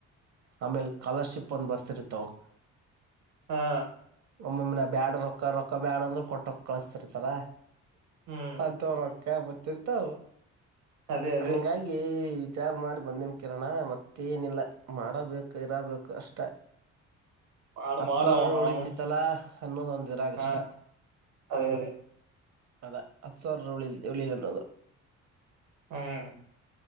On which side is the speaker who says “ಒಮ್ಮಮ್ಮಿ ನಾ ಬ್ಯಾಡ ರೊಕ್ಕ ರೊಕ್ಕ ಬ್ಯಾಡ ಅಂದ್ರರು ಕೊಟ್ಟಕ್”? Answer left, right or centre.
Right